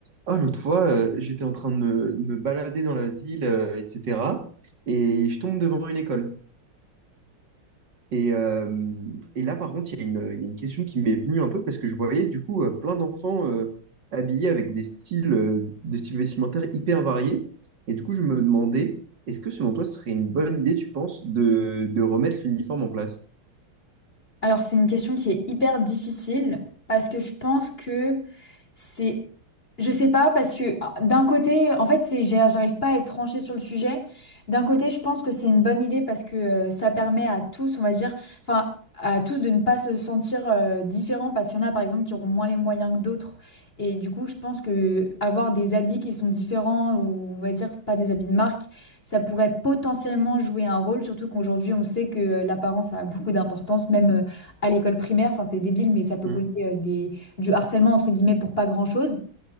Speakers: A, on the right; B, on the left.
A: Oh, l'autre fois, euh, j'étais en train de me, de me balader dans la ville, euh, etc. Et je tombe devant une école. Et, euh, et là, par contre, il y a une, il y a une question qui m'est venue un peu parce que je voyais du coup euh, plein d'enfants euh, habillés avec des styles, euh, des styles vestimentaires hyper variés. Et du coup, je me demandais, est-ce que selon toi, ce serait une bonne idée, tu penses, de, de remettre l'uniforme en place?
B: Alors, c'est une question qui est hyper difficile parce que je pense que c'est. Je sais pas, parce que ah, d'un côté, en fait, c'est, j'ai- j'arrive pas à être tranchée sur le sujet. D'un côté, je pense que c'est une bonne idée parce que euh, ça permet à tous, on va dire, enfin, à tous de ne pas se sentir euh, différents parce qu'il y en a, par exemple, qui auront moins les moyens que d'autres. Et du coup, je pense que avoir des habits qui sont différents ou, on va dire, pas des habits de marque, ça pourrait potentiellement jouer un rôle, surtout qu'aujourd'hui, on sait que euh, l'apparence a beaucoup d'importance, même euh, à l'école primaire. Enfin, c'est débile, mais ça peut
A: Hmm.
B: causer euh, des, du harcèlement, entre guillemets, pour pas grand-chose.